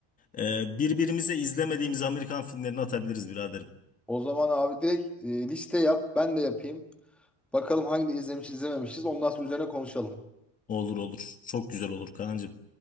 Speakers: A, on the left (about 25°); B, in the centre.
A: E, birbirimize izlemediğimiz Amerikan filmlerini atabiliriz biraderim.
B: O zaman abi direkt e, liste yap. Ben de yapayım. Bakalım hangi izlemişiz izlememişiz. Ondan sonra üzerine konuşalım.
A: Olur olur. Çok güzel olur Kaan'cığım.